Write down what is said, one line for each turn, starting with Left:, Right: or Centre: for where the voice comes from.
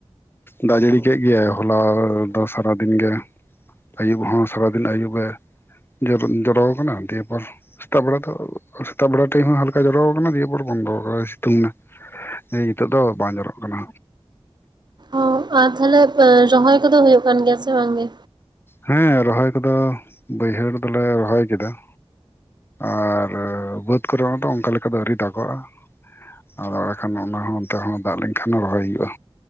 Left: ᱫᱟᱜ ᱡᱟᱹᱲᱤ ᱠᱮᱜ ᱜᱮᱭᱟᱭ ᱦᱚᱞᱟ ᱫᱚ ᱥᱟᱨᱟ ᱫᱤᱱ ᱜᱮ ᱟᱭᱩᱵ ᱦᱚᱸ ᱥᱟᱨᱟᱫᱤᱱ ᱟᱹᱭᱩᱵ ᱮ ᱡᱚᱨ ᱡᱚᱨᱚ ᱠᱟᱱᱟ ᱫᱤᱭᱮᱯᱚᱨ ᱥᱮᱛᱟᱜ ᱵᱮᱲᱟ ᱛᱚ ᱥᱮᱛᱟᱜ ᱵᱮᱲᱟ ᱴᱷᱮᱡ ᱦᱚᱸ ᱦᱟᱞᱠᱟ ᱡᱚᱨᱚ ᱟᱠᱟᱱᱟ ᱫᱤᱭᱮᱯᱚᱨ ᱵᱚᱱᱫᱚ ᱠᱟᱱᱟ ᱥᱤᱛᱩᱝ ᱱᱟ ᱮᱭ ᱱᱤᱛᱚᱜ ᱫᱚ ᱵᱟᱝ ᱡᱚᱨᱚᱜ ᱠᱟᱱᱟ
Right: ᱚ ᱟᱨ ᱛᱟᱦᱚᱞᱮ ᱨᱚᱦᱚᱭ ᱠᱚᱫᱚ ᱦᱩᱭᱩᱜ ᱠᱟᱱ ᱜᱮᱭᱟ ᱥᱮ ᱵᱟᱝ ᱜᱮ
Left: ᱦᱮᱸ ᱨᱚᱦᱚᱭ ᱠᱚᱫᱚ ᱵᱟᱹᱭᱦᱟᱹᱲ ᱫᱚᱞᱮ ᱨᱚᱦᱚᱭ ᱠᱮᱫᱟ ᱟᱨ ᱵᱟᱹᱫᱽ ᱠᱚᱨᱮ ᱦᱚᱸ ᱛᱚ ᱚᱱᱠᱟ ᱞᱮᱠᱟ ᱫᱚ ᱟᱹᱣᱨᱤ ᱫᱟᱜᱚᱜᱼᱟ ᱟᱫᱚ ᱵᱟᱠᱷᱟᱱ ᱚᱱᱟ ᱦᱚᱸ ᱚᱱᱛᱮ ᱦᱚᱸ ᱫᱟᱜ ᱞᱮᱱᱠᱷᱟᱱ ᱨᱚᱦᱚᱭ ᱦᱩᱭᱩᱜᱼᱟ